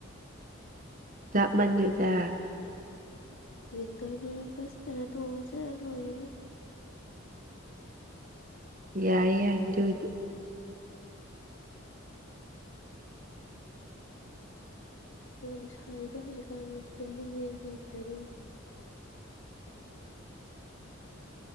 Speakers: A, on the right; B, on the left.
A: ꯂꯥꯞꯃꯜꯂꯤꯗ
B: ꯋꯤꯡꯒꯔꯗꯔ ꯕꯁꯇꯔꯥ ꯇꯣꯡꯉ ꯆꯠꯂ ꯂꯣꯏꯔꯦꯍꯦ
A: ꯌꯥꯏ ꯌꯥꯏ ꯑꯗꯣꯏꯗꯤ
B: ꯌꯥꯝ ꯁꯥꯏꯗ ꯍꯧꯖꯤꯛꯀꯥꯟꯖꯦ ꯇꯨꯝꯅꯤꯡꯉꯦ ꯑꯩꯗꯤ ꯍꯦꯛꯇ ꯑꯗꯨꯅ